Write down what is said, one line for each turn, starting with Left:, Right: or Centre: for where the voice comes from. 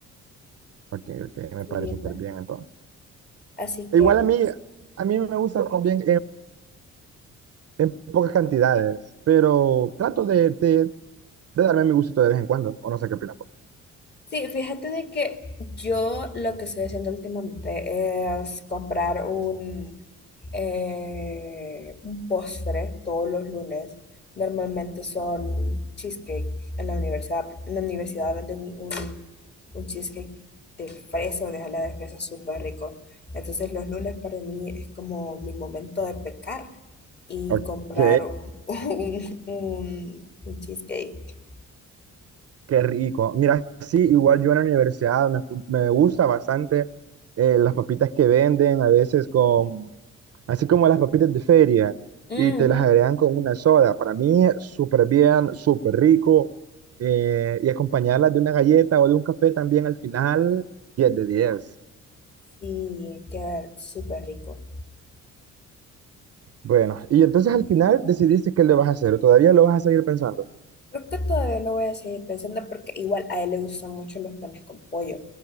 Right: ok, ok. Me
Left: Sí,
Right: parece súper
Left: pa.
Right: bien entonces.
Left: Así que
Right: E Igual a mí, a mí me gusta también. en pocas cantidades, pero trato de, de, de darme mi gustito de vez en cuando, o no sé qué opinas vos.
Left: Sí, fíjate de que yo lo que estoy haciendo últimamente es comprar un, eh, un postre todos los lunes. Normalmente son cheesecake en la universidad. En la universidad venden un, un cheesecake de fresa, de jalea de fresa súper rico. Entonces los lunes para mí es como mi momento de pecar y
Right: Ok,
Left: comprar un, <laughs> un, un cheesecake.
Right: Qué rico. Mira, sí, igual yo en la universidad me, me gusta bastante eh, las papitas que venden, a veces con, así como las papitas de feria,
Left: Ujú.
Right: y te las agregan con una soda. Para mí, súper bien, súper rico. eh, y acompañarlas de una galleta o de un café también al final, 10 de 10.
Left: Sí, queda súper rico.
Right: Bueno, y entonces al final decidiste qué le vas a hacer, ¿o todavía lo vas a seguir pensando?
Left: Creo que todavía lo voy a seguir pensando porque igual a él le gustan mucho los panes con pollo.